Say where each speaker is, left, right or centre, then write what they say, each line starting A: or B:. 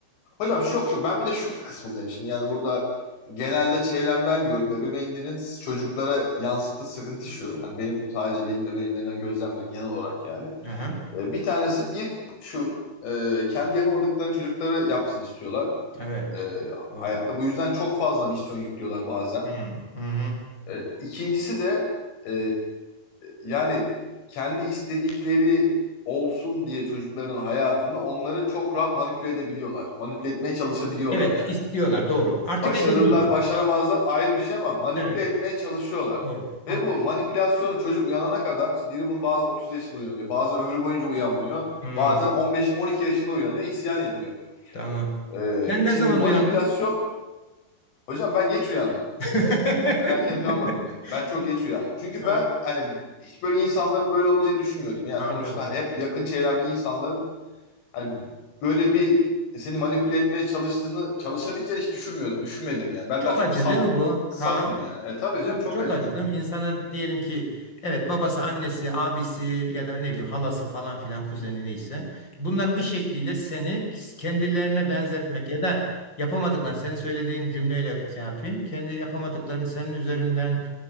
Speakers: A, on the left (about 85°); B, on the left (about 25°).
A: Hocam şu yok şu Ben bir de şu kısmındayım şimdi. Yani burada genelde çevremden gördüm. Ebeveynlerin çocuklara yansıttığı sıkıntı şu. Hani benim sadece benim ebeveynlerimden gözlemliyorum genel olarak yani.
B: Aha.
A: Ee, bir tanesi bir şu e, kendi yapamadıklarını çocuklara yapsın istiyorlar.
B: Evet.
A: e,
B: Doğru.
A: hayatta. Bu yüzden çok fazla misyon yüklüyorlar bazen.
B: Hı hı. hı.
A: E, İkincisi de e, yani kendi istedikleri olsun diye çocukların hayatında onları çok rahat manipüle edebiliyorlar. Manipüle etmeye çalışabiliyorlar
B: Evet,
A: yani.
B: istiyorlar. Doğru. Artık
A: Başarırlar,
B: edemiyoruz.
A: başaramazlar ayrı bir şey ama manipüle
B: Evet.
A: etmeye çalışıyorlar.
B: Doğru. Haklısın.
A: Ve bu manipülasyonu çocuk uyanana kadar işte biri bunu bazen 30 yaşında uyanıyor, bazen ömrü boyunca uyanmıyor,
B: Hı,
A: bazen 15-12 yaşında uyanıyor, isyan ediyor.
B: tamam.
A: E,
B: Sen ne
A: şimdi
B: zaman
A: manipülasyon,
B: uyandın?
A: hocam ben geç uyandım.
B: <laughs>
A: erken uyanmadım ya. Ben çok geç uyandım. Çünkü
B: Evet,
A: ben hani hiç böyle insanların böyle olabileceğini düşünmüyordum. Yani
B: anladım.
A: sonuçta hani hep yakın çevremde insanların hani böyle bir e, seni manipüle etmeye çalıştığını, çalışabileceğini hiç düşünmüyordum. Düşünmedim yani. Ben
B: Çok
A: daha çok
B: acı
A: saf
B: değil mi bu
A: safım
B: Kaan?
A: yani. E tabii canım
B: Çok
A: çok
B: çok
A: acı.
B: acıdım. İnsanın diyelim ki evet babası, annesi, abisi ya da ne bileyim halası falan filan kuzeni neyse bunların bir şekliyle seni kendilerine benzetmek ya da yapamadıklarını senin söylediğin cümleyle şey yapayım. Kendi yapamadıklarını senin üzerinden